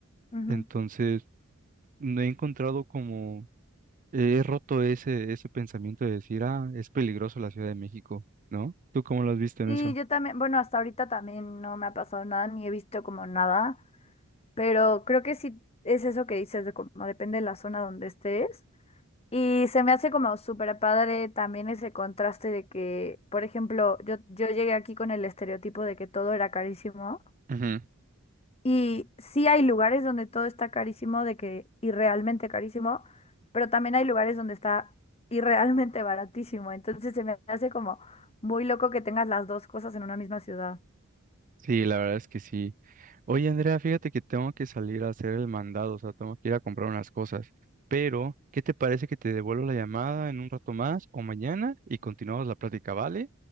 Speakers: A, on the left (about 30°); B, on the right (about 40°).
A: ujú.
B: Entonces, no he encontrado como, he roto ese, ese pensamiento de decir, ah, es peligroso la Ciudad de México, ¿no? ¿Tú cómo lo has visto en
A: Y
B: eso?
A: yo también, bueno, hasta ahorita también no me ha pasado nada, ni he visto como nada, pero creo que sí es eso que dices de como depende de la zona donde estés. Y se me hace como súper padre también ese contraste de que, por ejemplo, yo, yo llegué aquí con el estereotipo de que todo era carísimo.
B: Ujú.
A: Y sí hay lugares donde todo está carísimo, de que irrealmente carísimo, pero también hay lugares donde está irrealmente baratísimo. Entonces se me hace como muy loco que tengas las dos cosas en una misma ciudad.
B: Sí, la verdad es que sí. Oye, Andrea, fíjate que tengo que salir a hacer el mandado, o sea, tengo que ir a comprar unas cosas. Pero, ¿qué te parece que te devuelvo la llamada en un rato más o mañana y continuamos la plática, ¿vale?